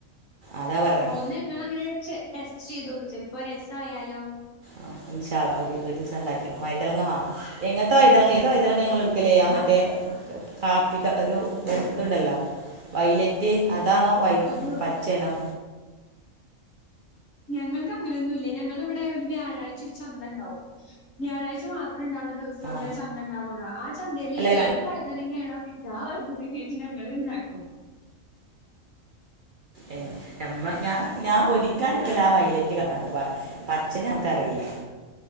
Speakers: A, on the right; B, on the left.
A: അതാ പറഞ്ഞേ
B: ഓ ഇന്ന ഇങ്ങള് അങ്ങനെ ടെസ്റ്റ് ചെയ്തോക്ക് ചെൽപ്പോ ഒരു എ സായാലോ
A: ആ ഇൻഷാ അള്ളാ ഒര് ഒരിസ ഇണ്ടാക്ക <unintelligible> വൈതലളങ്ങ വാങ്ങാം എങ്ങൻത്തെ വൈത ഏത് വൈതളങ്ങെ ഇങ്ങള്ട് ക്കല് ആഹ്
B: മ
A: മറ്റെ കാപ്പിക്ക ഒരു ഇതുണ്ടൊല്ലൊ വൈലറ്റ് അതാണോ വൈറ്റ്
B: ഒരു
A: പാ ചേനൊ
B: ഞങ്ങൾക്ക് അങ്ങനെയൊന്നും ഇല്ല ഞങ്ങള് ഇവിടെ ഒരു വ്യാഴാഴ് ഒരു ചന്ത ഇണ്ടാവും വ്യാഴാഴ്ച മാത്രം ഇണ്ടാവ്ണ ദിവ സ്
A: ആ
B: അവിടെ ചന്തണ്ടാവൊള്ളു. ആ ചന്തയില്
A: അല്ല
B: ഏത് വൈതനങ്ങ്യേണോ കിട്ടആ വൈഴുനങ്ങ് എജിന ഇവള് എന്ത് ആക്കും
A: ഏ ഞമ്മ ഞ ഞാ ഒരിക്കാൻ ഒള്ള ഒക്കെ എല്ലാം ആ വൈലറ്റ് കളറ് ആണ് വാ പച്ചനെ നമക്ക റീല്ല